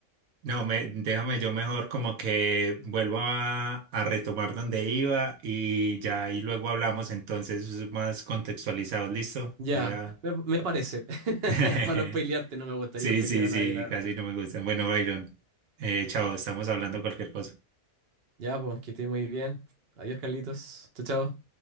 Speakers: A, on the right (about 85°); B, on the right (about 50°).
A: No, me, déjame yo mejor como que vuelvo a, a retomar donde iba y ya y luego hablamos entonces más contextualizados. Listo.
B: Ya,
A: Voy a.
B: me, me parece. <laughs>
A: <laughs>
B: Para no spoilearte, no me gustaría
A: Sí,
B: spoilear
A: sí,
B: a
A: sí,
B: nadie, la verdad.
A: casi no me gustan. Bueno, Byron, eh, chao, estamos hablando cualquier cosa.
B: Ya, pues, que esté muy bien. Adiós, Carlitos. Chao, chao.